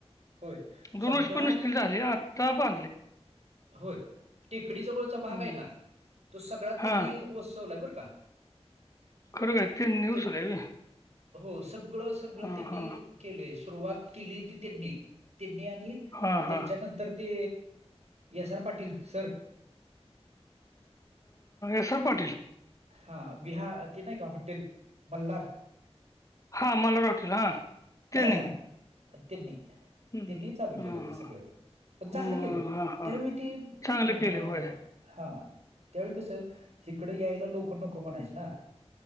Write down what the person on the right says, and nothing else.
होय
सगळा
होय टेकडी जवळचा
भाग हाय ना तो सगळ्या त्यांनी
वसवलाय बरं का
ते
हो सगळं सगळं
त्यांनी
अ केले सुरुवात केली ती त्यांनी त्यांनी आणि
त्यांच्यानंतर
ते S R Patil sir
हा विहा ते नाय का हॉटेल मल्हार
अ त्यांनी
त्यांनी चालू
केलं ते
सगळ पण चांगले
केले
त्यावेळी ते
नं
हं
हा त्यावेळी कसं हिकडं यायला लोक नको म्हणायचं ना